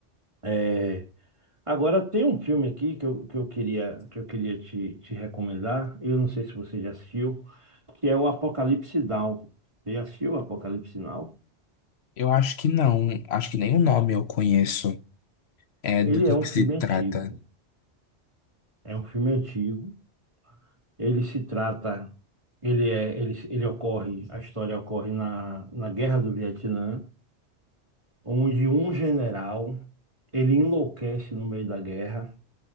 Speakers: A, on the right (about 25°); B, on the left (about 65°).
A: É, Agora tem um filme aqui que eu, que eu queria, que eu queria te, te recomendar. Eu não sei se você já assistiu, que é o Apocalipse Now. Você já assistiu o Apocalipse Now?
B: Eu acho que não. Acho que nem o nome eu conheço. É
A: Ele
B: do que
A: é um
B: que
A: filme
B: se trata.
A: antigo. É um filme antigo. Ele se trata, ele é, ele, ele ocorre, a história ocorre na, na Guerra do Vietnã, onde um general, ele enlouquece no meio da guerra